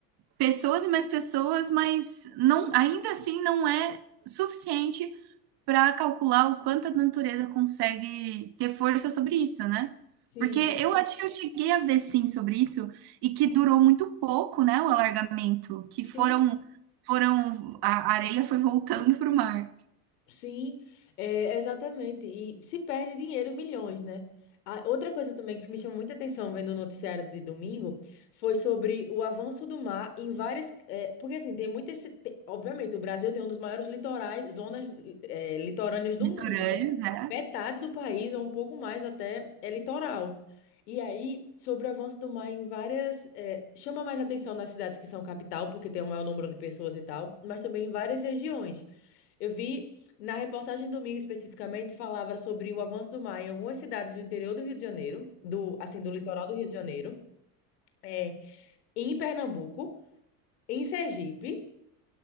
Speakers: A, on the right; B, on the left.
A: pessoas e mais pessoas, mas não, ainda assim não é suficiente para calcular o quanto a natureza consegue ter força sobre isso, né?
B: Sim,
A: Porque
B: com-
A: eu acho que eu cheguei a ver sim sobre isso e que durou muito pouco, né, o alargamento, que
B: sim,
A: foram foram a areia foi voltando para o mar.
B: Sim, é, exatamente. E se perde dinheiro, milhões, né? A- outra coisa também que me chamou muita atenção vendo o noticiário de domingo foi sobre o avanço do mar em várias. é, porque, assim, tem muitas. ci- te- obviamente, o Brasil tem um dos maiores litorais, zonas, é, litorâneas do
A: Litorâneos,
B: mundo, né?
A: é.
B: Metade do país, ou um pouco mais até, é litoral. E aí, sobre o avanço do mar em várias. é, chama mais atenção nas cidades que são capital, porque tem o maior número de pessoas e tal, mas também em várias regiões. Eu vi na reportagem domingo especificamente falava sobre o avanço do mar em algumas cidades do interior do Rio de Janeiro, do assim do litoral do Rio de Janeiro, é, em Pernambuco, em Sergipe,